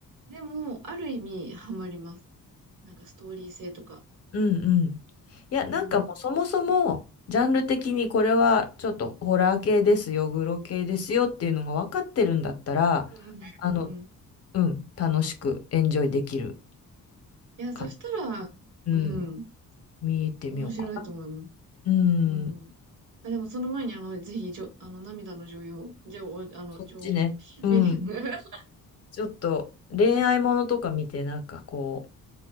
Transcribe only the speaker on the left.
うんうん。いや、なんかもうそもそも、
ジャンル的にこれはちょっとホラー系ですよ、グロ系ですよっていうのが分かってるんだったら、
あの、うん、楽しくエンジョイできる
かな。
うん、見てみようかな。
うん、
そっちね。
うん。
ちょっと恋愛ものとか見て、なんかこう、